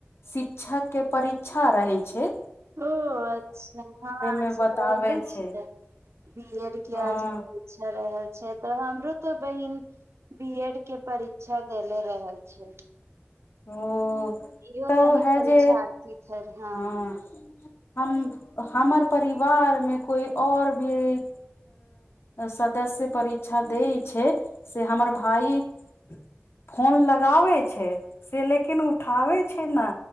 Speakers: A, on the left; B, on the right.
A: शिक्षा के परीक्षा रहै छै छै
B: <unintelligible> बीएड
A: मे बताबै छै
B: के
A: हँ
B: आज परीक्षा रहे से तऽ हमरो तऽ बहिन बी एड के परीक्षा देले रहल छै
A: <inaudible>
B: इहो
A: तब
B: तनि
A: है
B: परीक्षा
A: जे
B: दीथे रहे
A: हँ हम हमर परिवार मे कोइ और <unintelligible> भी सदस्य परीक्षा दै छै से हमर भाई <unintelligible> फोन लगाबै छै से लेकिन उठाबै छै ने